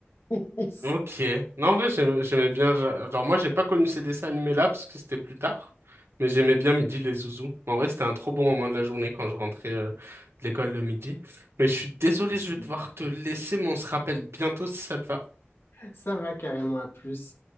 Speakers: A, on the left; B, on the right.
A: <laughs>
B: Ok. Non, en vrai, j'aimais j'aimais bien. je- Genre, moi, j'ai pas connu ces dessins animés-là parce que c'était plus tard. Mais j'aimais bien Midi les Zouzous. En vrai, c'était un trop bon moment de la journée quand je rentrais euh, de l'école le midi. Mais je suis désolé,
A: Aussi.
B: je vais devoir te laisser, mais on se rappelle bientôt si ça te va.
A: Ça va carrément à plus.